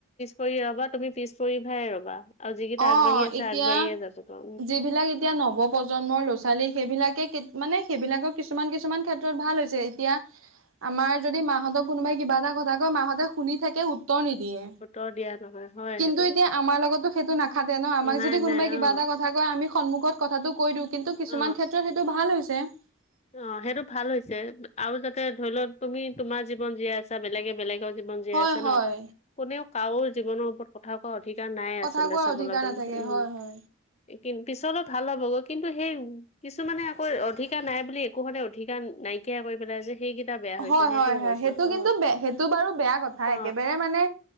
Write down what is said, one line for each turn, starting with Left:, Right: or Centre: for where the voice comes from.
Left: কৰি ৰবা তুমি পিছ পৰি ভাই ৰবা আৰু যিকেইটা
Right: অ
Left: আগবাঢ়ি আছে
Right: এতিয়া
Left: আগবাঢ়িয়ে যা
Right: যিবিলাক এতিয়া নৱ প্ৰজন্মৰ ল'ৰা ছোৱালী সেইবিলাকে মানে সেইবিলাকক কিছুমান কিছুমান ক্ষেত্ৰত ভাল হৈছে এতিয়া আমাৰ যদি মাহঁতক কোনোবাই কিবা এটা কথা কয় মাহঁতে শুনি থাকে নিদিয়ে
Left: উত্তৰ দিয়া নহয় হয়
Right: কিন্তু
Left: সেইটো
Right: এতিয়া আমাৰ লগতো সেইটো নাখাতে ন আমাক
Left: নাই
Right: যদি কোনোবাই
Left: নাই
Right: কিবা
Left: অ
Right: এটা কথা কয় আমি সন্মুখত কথাটো কৈ দিওঁ কিন্তু কিছুমান
Left: অ
Right: ক্ষেত্ৰত সেইটো ভাল হৈছে। <unintelligible>
Left: অ', সেইটো ভাল হৈছে আৰু যাতে ধৰি লও তুমি তোমাৰ জীৱন জীয়াই আছা বেলেগে বেলেগত জীৱন জীয়াই
Right: হয়
Left: আছে
Right: হয়
Left: ন কোনেও কাৰো জীৱনৰ ওপৰত কথা কোৱা ধিকাৰ নাই
Right: কথা
Left: আচলতে
Right: কোৱাৰ
Left: চাবলৈ
Right: অধিকাৰ
Left: গ'লে
Right: নাথাকে
Left: উম।
Right: হয় হয়
Left: কি পিছলৈ ভাল হ'ব গ কিন্তু সেই কিছু মানে আকৌ অধিকাৰ নাই বুলি একো মানে অধিকাৰ নাইকিয়া কৰি পেলাই যে সেইকেইটা বেয়া হৈছে
Right: হয়,
Left: সেইটোয়ে
Right: হয়
Left: কৈছো
Right: সেইটো
Left: অ
Right: কিন্তু সেইটো বাৰু বেয়া কথা
Left: অ
Right: একেবাৰে মানে